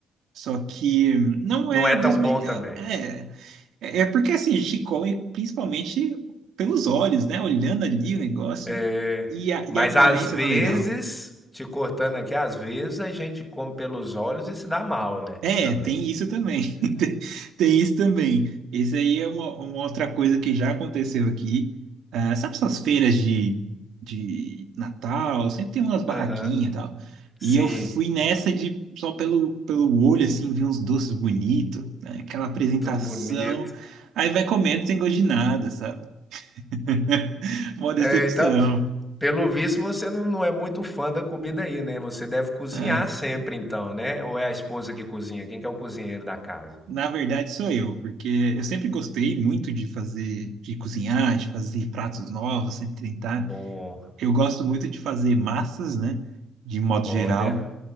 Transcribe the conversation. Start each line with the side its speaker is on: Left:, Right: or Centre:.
Right: Só que não
Centre: não
Right: é
Centre: é
Right: a
Centre: tão
Right: dos melhores.
Centre: bom também".
Right: É, é é porque assim, a gente come principalmente pelos olhos, né? Olhando ali o negócio
Centre: É.
Right: e a,
Centre: Mas
Right: e a aparência
Centre: às vezes,
Right: não é legal.
Centre: te cortando aqui, às vezes a gente come pelos olhos e se dá mal, né,
Right: É,
Centre: também.
Right: tem isso também. <laughs> Tem tem isso também. Esse aí é uma, uma outra coisa que já aconteceu aqui. Ah, sabe essas feiras de, de Natal? Sempre tem umas barraquinhas
Centre: Aham.
Right: e tal.
Centre: Sim,
Right: E eu fui nessa de só pelo, pelo olho, assim, vi uns doces bonitos, né? Aquela apresentação.
Centre: tudo bonito.
Right: Aí vai comendo sem gosto de nada, sabe? <laughs> Uma decepção.
Centre: É, então Pelo visto, você não, não é muito fã da comida aí, né? Você deve cozinhar
Right: Ah,
Centre: sempre, então, né? Ou é a esposa que cozinha? Quem que é o cozinheiro da casa?
Right: na verdade, sou eu, porque eu sempre gostei muito de fazer, de cozinhar, de fazer pratos novos, sempre tentar.
Centre: Bom,
Right: eu gosto muito de fazer massas, né? De modo
Centre: olha,
Right: geral.